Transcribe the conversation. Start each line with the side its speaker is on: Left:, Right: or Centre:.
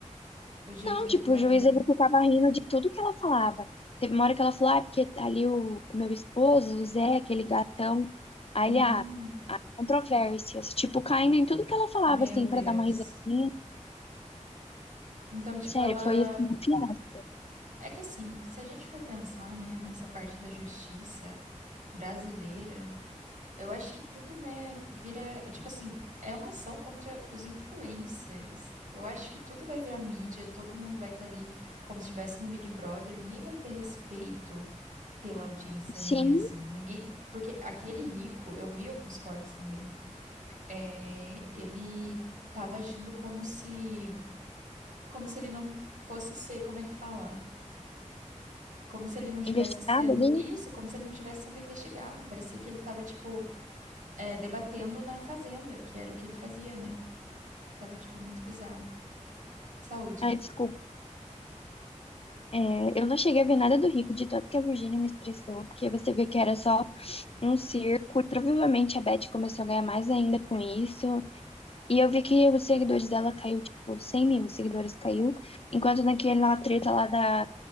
Right: O jeito
Left: Não,
Right: que
Left: tipo,
Right: ele tava.
Left: o juiz ele ficava rindo de tudo que ela falava. Teve uma hora que ela falou, ah, porque ali o, o meu esposo, o Zé, aquele gatão, aí
Right: Hum,
Left: ele, ah, controvérsias, tipo, caindo em tudo que ela falava,
Right: meu
Left: assim,
Right: Deus.
Left: pra dar uma risadinha.
Right: Então, tipo,
Left: Sério,
Right: ela.
Left: foi assim, um fiasco.
Right: É que assim, se a gente for pensar, né, nessa parte da justiça brasileira, eu acho que tudo, né, vira. Tipo assim, é uma ação contra os influencers. Eu acho que tudo vai virar mídia, todo mundo vai estar ali como se estivesse no Big Brother, ninguém vai ter respeito pela audiência mesmo.
Left: Sim,
Right: Ninguém. Porque aquele rico, eu vi alguns cortes também é, ele estava agindo como se, como se ele não fosse ser, como é que fala? Como se ele não tivesse
Left: investigada
Right: sendo
Left: ali.
Right: isso, como se ele não tivesse sendo investigado. Parecia que ele estava tipo é, debatendo na fazenda, que era o que ele fazia, né? Tava tipo muito bizarro. Saúde.
Left: Ah, desculpa. É, eu não cheguei a ver nada do Rico, de tanto que a Virgínia me estressou, porque você vê que era só um circo, e provavelmente a Beth começou a ganhar mais ainda com isso. E eu vi que os seguidores dela caiu, tipo, 100 mil seguidores caiu. Enquanto naquela treta lá da,